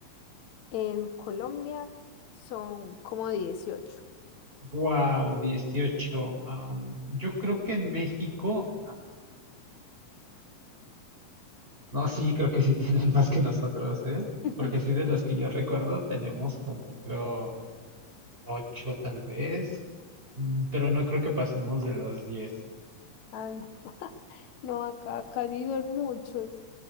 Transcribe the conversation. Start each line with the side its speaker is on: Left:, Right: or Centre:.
Left: en Colombia son como 18.
Right: Wow, 18. Am, yo creo que en México, No, sí, creo que sí <laughs> tienen más que nosotros, ¿eh?
Left: <laughs>
Right: Porque sí, de los que yo recuerdo, tenemos como, creo, ocho tal vez, mm, pero no creo que pasemos de los diez.
Left: Ah, no. <laughs> No, acá, acá sí son muchos.